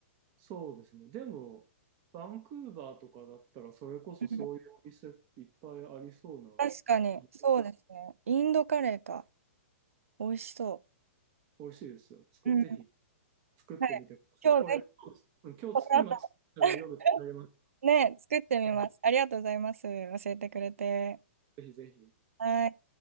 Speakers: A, on the right (about 35°); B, on the right (about 75°).
A: そうですね。でも、バンクーバーとかだったら、それこそそういうお店っていっぱいありそうな
B: うん確かに、
A: イメージで。
B: そうですね。インドカレーか。美味しそ
A: 美味しいですよ。作る、
B: う。うん。
A: ぜひ
B: は
A: 作ってみてください。
B: い。今日ぜひ、
A: これ、今日、
B: この後、
A: 今作ったら夜食べれます。
B: <laughs> ね、作ってみます。
A: うん
B: ありがとうございます。教えてくれて。
A: ぜひぜひ。
B: はい。